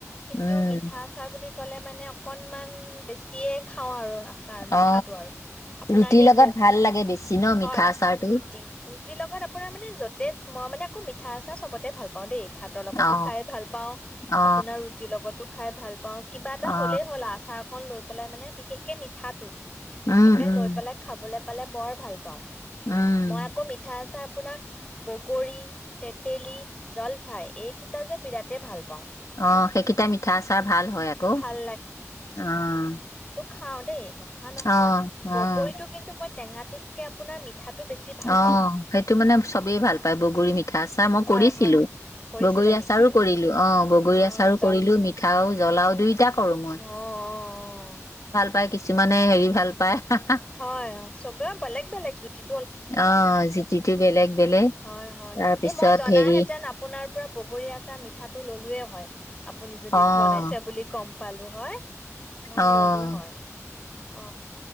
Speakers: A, on the left; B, on the left.
A: কিন্তু
B: উম
A: আচাৰ বুলি ক'লে মানে অকনমান বেছিয়ে খাওঁ আৰু আচাৰ মিঠাটো
B: অ
A: আৰু আপোনাৰ
B: ৰুটিৰ
A: সেই
B: লগত
A: বগ
B: ভাল লাগে বেছি ন
A: হয়
B: মিঠা আচাৰটো
A: ৰুটি ৰুটিৰ লগত আপোনাৰ মানে যতে মই মানে আকৌ মিঠ মিঠা আচাৰ চবতে ভাল পাওঁ দেই ভাতৰ লগতো
B: অ
A: খাই ভাল পাওঁ
B: অ
A: আপোনাৰ ৰুটিৰ লগত খাই ভাল পাওঁ। কিবা এটা
B: অ
A: হ'লেই হ'ল আচাৰ লৈ পেলাই মানে বিশেষকে মিঠাটো
B: উম
A: এ
B: উম
A: লৈ পেলাই খাবলে পালে বৰ ভাল পাওঁ।
B: উম,
A: মই আকৌ মিঠা আচাৰ আপোনাৰ বগৰী, তেতেলী, জলফাই এইকেইটা যে বিৰাটেই ভাল পাওঁ।
B: অ' সেইকেইটা
A: আচ্ছা
B: মিঠা আচাৰ ভাল হয় আকৌ।
A: ভাল
B: অ'।
A: খাওঁদে। নোখোৱা নহয়,
B: অ',
A: বগৰীতো
B: অ',
A: কিন্তু মই টেঙাটোতকে আপোনাৰ মিঠাটো বেছি ভাল
B: অ'
A: পাওঁ।
B: সেইটো মানে চবেই ভাল পায় বগৰী মিঠা আচাৰ মই
A: হয়
B: কৰিছিলো,
A: হয়। কৰিছিলে
B: বগৰী
A: নেকি?
B: আচাৰো কৰিলো অ' বগৰী
A: অ'
B: আচাৰো।
A: জন
B: কৰিলো মিঠা। আৰু জ্বলাও দুইটা
A: অ'
B: কৰোঁ
A: অ' অ'।
B: পাই, কিছুমানে হেৰি ভাল পায়।
A: হয় চব। বৰ বেলেগ বেলেগ জুতি।
B: অ' জুটিটি বেলেগ বেলেগ।
A: হয়, হয়,
B: তাৰপিছত
A: এ মই জানাহেতেন
B: হেৰি
A: আপোনাৰ পৰা বগৰী আচাৰ মিঠাটো লৈ <unintelligible> আপুনি যদি
B: অ',
A: বনাইছে বুলি গম পালো হয় মই
B: অ',
A: ল'লো হয়, অ'